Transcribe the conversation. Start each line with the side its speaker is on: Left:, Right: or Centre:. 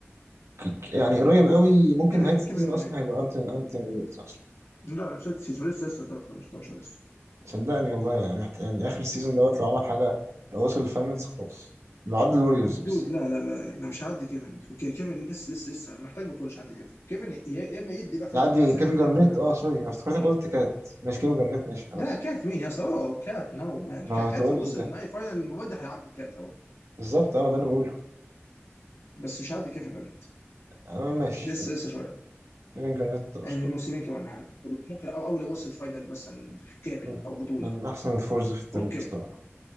Right: ك- ك- يعني قريب قوي ممكن
Left: كيفن
Right: نهايه السيزون
Left: كيفن جرانيت
Right: اصلا هيبقى انتوني انتوني إيديتس اصلا
Left: لا لا مش هذا السيزون لسه لسه قدام شويه قدام شويه لسه
Right: صدقني والله يعني, محت... يعني اخر السيزون دوت لو عمل حاجه لو وصل الفاينلز خلاص لو عدى الوريوز بس
Left: دود لا لا لا لا مش هعدي كيفن اوكي كيفن لسه لسه لسه محتاج بطوله عشان عندي كيفن كيفن يا يا اما يدي بقى فتره
Right: يعدي
Left: كمان سنتين
Right: كيفن جارنيت
Left: ثلاثه ولا حاجه
Right: اه سوري انا افتكرتك
Left: اه
Right: قلت كات ماشي كيفن جارنيت ماشي خلاص
Left: لا كات مين يا اسطى اوه كات نو مان
Right: انا
Left: كا- كات
Right: هتقول
Left: لو
Right: ايه
Left: وصل
Right: ده
Left: نهائي فاينل المواد ده هيعدي كات اهو
Right: بالظبط اه ما ده اللي بقوله
Left: بس مش هيعدي كيفن جرانيت
Right: اه ماشي
Left: لسه لسه شويه
Right: كيفن جارنيت اسطوره
Left: يعني الموسمين كمان ولا حاجه ممكن او او لو وصل فاينل مثلا كامل
Right: مم.
Left: او بطوله
Right: من احسن الفورز في التاريخ
Left: اوكي
Right: الصراحه